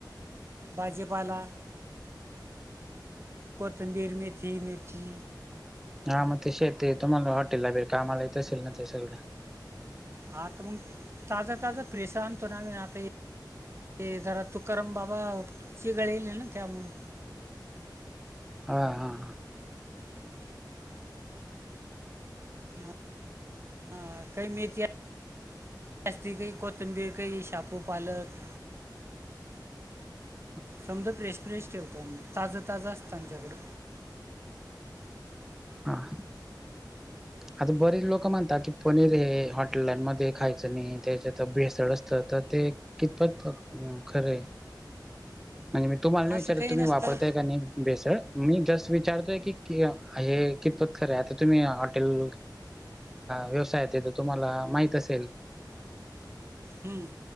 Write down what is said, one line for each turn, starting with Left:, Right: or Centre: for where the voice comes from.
Right: भाजीपाला कोथंबीर, मेथी, मिर्ची
Centre: हा मग ते शेती तुम्हाला हॉटेलला बेळ कामाला येत असेल ना ते सगळं.
Right: हा आता मंग ताजा-ताजा फ्रेस आणतो ना मी हे आता ते जरा तुकाराम बाबा चि गळेल ना त्यामुळं
Centre: हा हां हां.
Right: हा काही मेथ्या अस्ती गी कोतंबीर कय शापू, पालक
Centre: <inaudible>
Right: समद फ्रेश फ्रेश ठेवतो आम्ही ताजं ताजं असतं आमच्याकडं
Centre: हा. आता बरीच लोक म्हणतात की पनीर हे हॉ हटल्यांमध्ये खायचं नाही त्याच्यात भेसळ असतं तर ते कितपत खरं आहे. म्हणजे तो मागणं विचारतोय
Right: असं काही
Centre: तुम्ही
Right: नसतं
Centre: वापरताय की नाही. बेसळ मी जस् विचारतोय की हे कितपत खरे आता तुम्ही हॉटेल व्यवसायात तर तुम्हाला माहित असेल.
Right: हम्म